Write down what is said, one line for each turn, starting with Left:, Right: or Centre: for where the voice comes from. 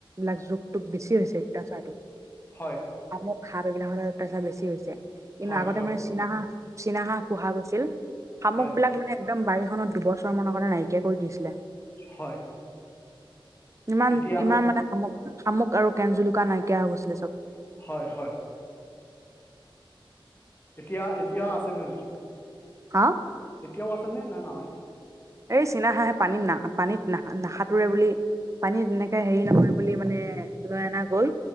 Right: লাক জুক-তোক বেছি হৈছে, অত্যাচাৰী।
Left: হয়।
Right: শামুক সাপ এইবিলাকৰ অত্যাচাৰ বেছি হৈছে কিন্তু
Left: হয়
Right: আগতে
Left: হয়
Right: মানে চীনা বা। চীনা হাঁ পোহা গৈছিল শামুক
Left: হয়
Right: বিলাক মানে। একদম বাৰীখনত দুবছৰ মৰ কথা নাইকিয়া কৰি দিছিলে।
Left: হয়
Right: ইমান
Left: এতিয়া
Right: ইমান মটা। শামুক শামুক আৰু কেন জুলুকা নাইকিয়া হৈ গৈছিলে চব।
Left: হয় হয়। এতিয়া এতিয়া আছেনে নাই।
Right: হা।
Left: এতিয়াও আছেনে নে নহয়।
Right: এই চীনা হাঁহে পানীত না পানীত না সাঁতোৰে বুলি পানীত এনেকে হেৰি নকৰি। বুলি মানে লৈ অনা গল